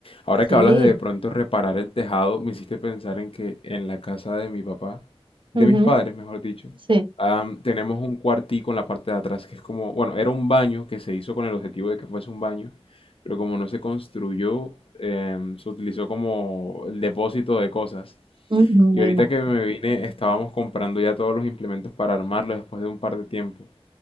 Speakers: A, on the left; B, on the right.
A: Ahora
B: sí,
A: que hablas de de pronto reparar el tejado, me hiciste pensar en que en la casa de mi papá,
B: ujú,
A: de mis padres, mejor dicho,
B: sí,
A: am, tenemos un cuartico en la parte de atrás que es como, bueno, era un baño que se hizo con el objetivo de que fuese un baño, pero como no se construyó, em, se utilizó como el depósito de cosas.
B: ujú,
A: Y
B: me
A: ahorita
B: imagino.
A: que me vine, estábamos comprando ya todos los implementos para armarlo después de un par de tiempo